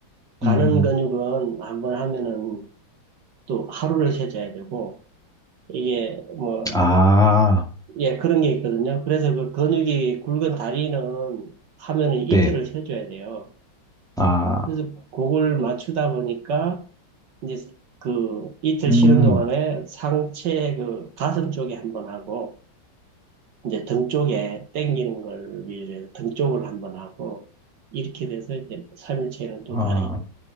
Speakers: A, on the right; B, in the centre.
A: 가는
B: 음,
A: 근육은 한번 하면은 또 하루를 쉬어줘야 되고 이게 뭐,
B: 아,
A: 예, 그런 게 있거든요. 그래서 그 근육이 굵은 다리는 하면은 이틀을
B: 네.
A: 쉬어줘야 돼요.
B: 아,
A: 그래서 그걸 맞추다 보니까 이제 그 이틀
B: 음,
A: 쉬는 동안에 상체 그 가슴 쪽에 한번 하고 이제 등 쪽에 당기는 걸 위해서 등 쪽을 한번 하고 이렇게 돼서 이제 3일체는 또
B: 아,
A: 다리